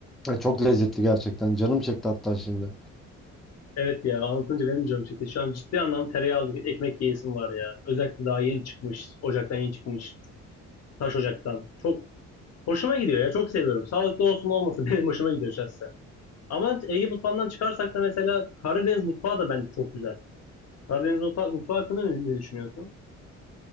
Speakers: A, in the centre; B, on the left.
A: Ya çok lezzetli gerçekten canım çekti hatta şimdi.
B: Evet ya anlatınca benim de canım çekti. Şu an ciddi anlamda tereyağlı ekmek yiyesim var ya. Özellikle daha yeni çıkmış. Ocaktan yeni çıkmış. Taş ocaktan. Çok hoşuma gidiyor ya. Çok seviyorum. Sağlıklı olsun olmasın <laughs> benim hoşuma gidiyor şahsen. Ama Ege mutfağından çıkarsak da mesela Karadeniz mutfağı da bence çok güzel. Karadeniz mutfağı, mutfağı hakkında ne, ne düşünüyorsun?